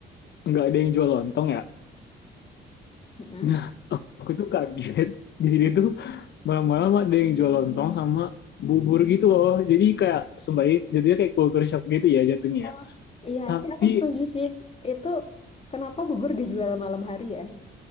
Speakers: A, on the left; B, on the left.
A: nggak ada yang jual lontong ya.
B: Mm-mm.
A: Nah, aku tuh kaget di sini tuh malam-malam ada yang jual lontong sama bubur gitu loh. Jadi kayak sembari jatuhnya kayak culture shock gitu ya jatuhnya.
B: Oh,
A: ya.
B: Iya,
A: Tapi
B: tapi aku setuju sih. Itu kenapa bubur dijual malam hari ya?